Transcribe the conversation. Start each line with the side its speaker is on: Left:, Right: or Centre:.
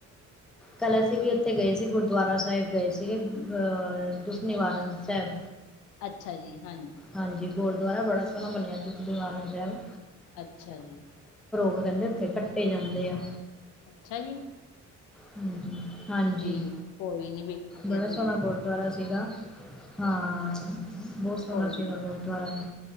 Centre: ਕੱਲ੍ਹ ਅਸੀਂ ਵੀ ਉੱਥੇ ਗਏ ਸੀ ਗੁਰੂਦੁਆਰਾ ਸਾਹਿਬ ਗਏ ਸੀਗੇ ਅਹ ਦੁੱਖ ਨਿਵਾਰਨ ਸਾਹਿਬ।
Left: ਅੱਛਾ ਜੀ ਹਾਂਜੀ
Centre: ਹਾਂਜੀ ਗੁਰੂਦੁਆਰਾ ਬੜਾ ਸੋਹਣਾ ਬਣਿਆ ਦੁਖ ਨਿਵਾਰਣ ਸਾਹਿਬ।
Left: ਅੱਛਾ ਜੀ।
Centre: ਉਹ ਕਹਿੰਦੇ ਉੱਥੇ ਕੱਟੇ ਜਾਂਦੇ ਆ।
Left: ਅੱਛਾ ਜੀ।
Centre: ਹਾਂ ਹਾਂਜੀ
Left: ਠੀਕ ਕੋਈ ਨੀ ਵੇਖਾਂਗੇ
Centre: ਬੜਾ
Left: ਅਸੀਂ
Centre: ਸੋਹਨਾ
Left: ਵੀ
Centre: ਗੁਰੂਦੁਆਰਾ ਸੀਗਾ। ਹਾਂ
Left: ਹਾਂਜੀ
Centre: ਬਹੁਤ ਸੋਹਣਾ
Left: ਕੋਈ ਨੀ
Centre: ਸੀਗਾ ਗੁਰੂਦੁਆਰਾ ।